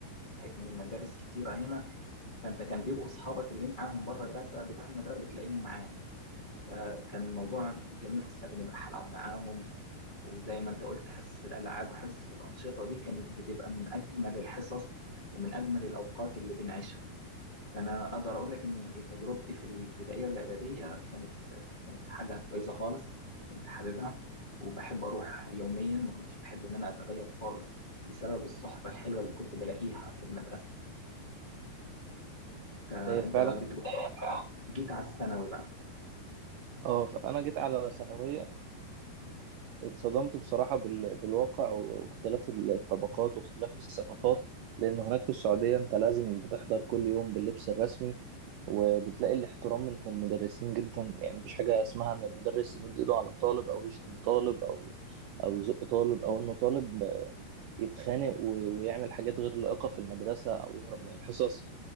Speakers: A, on the left (about 45°); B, on the right (about 85°).
A: من مدارس كتيرة هنا فانت كان بيبقوا اصحابك اللي معاهم بره المدرسه بتروح المدرسه بتلاقيهم معاك فكان الموضوع جميل خصوصا بنبقى هنلعب معاهم وزي ما انت قلت حصص الالعاب وحصص الانشطه دي كانت بتبقى من اجمل الحصص ومن اجمل الاوقات اللي بنعيشها فانا اقدر اقول لك ان تجربتي في الابتدائيه والاعداديه كانت كانت حاجه كويسه خالص كنت حاببها وبحب اروح يوميا ما كنتش بحب ان انا اتغيب خالص بسبب الصحبه الحلوه اللي كنت بلاقيها في المدرسه فانت
B: هي فعلا
A: بتقول جيت على الثانوي بقى
B: اه فانا جيت على ثانوية اتصدمت بصراحة بال... بالواقع و- واختلاف الطبقات واختلاف الثقافات لأنه هناك في السعودية أنت لازم بتحضر كل يوم باللبس الرسمي وبتلاقي الاحترام من المدرسين جدا يعني مفيش حاجة اسمها إن المدرس يمد إيده على الطالب أو يشتم طالب أو أو يزق طالب أو إنه طالب يتخانق و... ويعمل حاجات غير لائقة في المدرسة أو يهرب من الحصص